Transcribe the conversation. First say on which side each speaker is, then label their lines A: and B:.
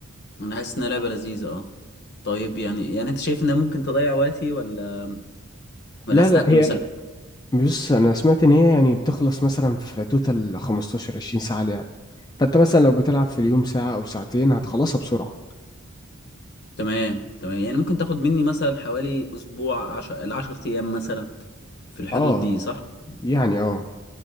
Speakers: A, on the left (about 50°); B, on the left (about 20°).
A: انا حاسس انها لعبة لذيذة اه طيب يعني يعني انت شايف انها ممكن تضيع وقتي ولا ولا
B: لا
A: حاسس
B: لا
A: انها تكون
B: هي
A: مسلية
B: بص أنا سمعت إن هي يعني بتخلص مثلا في توتال 15 20 ساعة لعب فأنت مثلا لو بتلعب في اليوم ساعة أو ساعتين هتخلصها بسرعة
A: تمام تمام يعني ممكن تاخد مني مثلا حوالي اسبوع عشر العشر ايام مثلا في الحدود
B: اه
A: دي صح
B: يعني اه